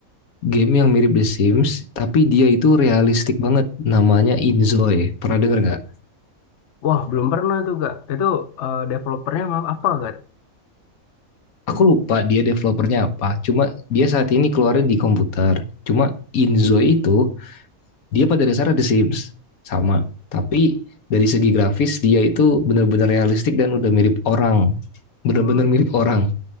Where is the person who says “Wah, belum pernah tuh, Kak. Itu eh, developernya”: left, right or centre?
Left